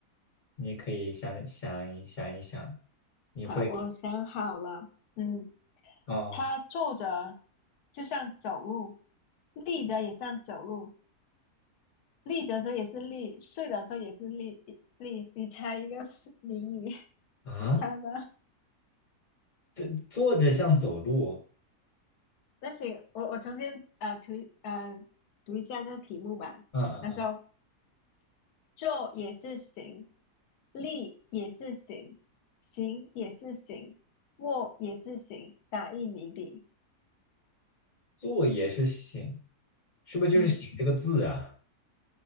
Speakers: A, on the left; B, on the left.
A: 你可以想想一想一想，你会
B: 好，我想好了，嗯，
A: 哦
B: 它坐着就像走路，立着也像走路，立着的时候也是立，睡着的时候也是立立。你猜一个 <laughs> 谜语，
A: 啊，
B: 你猜吧。
A: 这坐着像走路，
B: 那行，我我重新啊读呃读一下那个题目吧。
A: 嗯嗯嗯，
B: 他说：坐也是行，立也是行，行也是行，卧也是行。打一谜底，
A: 坐也是行，是不是就是行这个字啊？
B: 嗯，